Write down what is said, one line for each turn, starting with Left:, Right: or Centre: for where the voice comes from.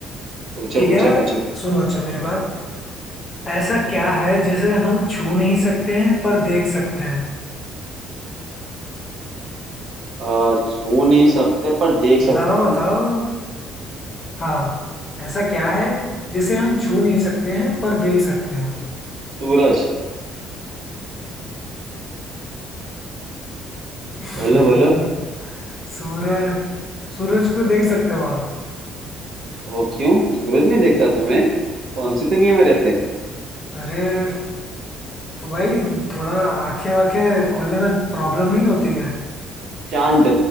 Right: पूछो
Left: ठीक
Right: पूछो
Left: है
Right: पूछो
Left: सुनो अच्छा मेरी
Right: हाँ
Left: बात ऐसा क्या है जिसे हम छू नहीं सकते हैं पर देख सकते हैं
Right: आ, छू नहीं सकते पर देख सकते
Left: बताओ
Right: हैं
Left: बताओ हाँ ऐसा क्या है जिसे हम छू नहीं सकते हैं पर देख सकते हैं
Right: सूरज
Left: <laughs>
Right: बोलो बोलो
Left: सूरज सूरज को देख सकते हो आप
Right: वो क्यों सूरज नहीं देखता तुम्हें कौन सी दुनिया में रहते
Left: अरे तो भाई थोड़ा आंखें वाखें खोलने में प्रॉब्लम नहीं होती है
Right: चांद